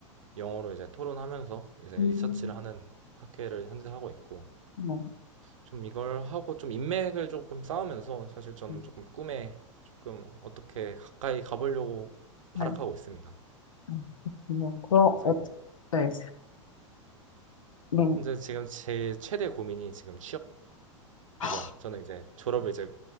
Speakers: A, on the right (about 75°); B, on the left (about 75°).
A: 영어로 이제 토론하면서 이제
B: 음,
A: 리서치를 하는 학회를 현재 하고 있고
B: 뭐,
A: 좀 이걸 하고 좀 인맥을 조금 쌓으면서 사실 저는
B: 음,
A: 조금 꿈에 조금 어떻게 가까이 가보려고
B: 네.
A: 발악하고 있습니다.
B: 음, 뭐, 그럼,
A: 아직
B: 어, 네. 음,
A: 현재 지금 제 최대 고민이 지금
B: 아,
A: 취업이죠. 저는 이제 졸업을 이제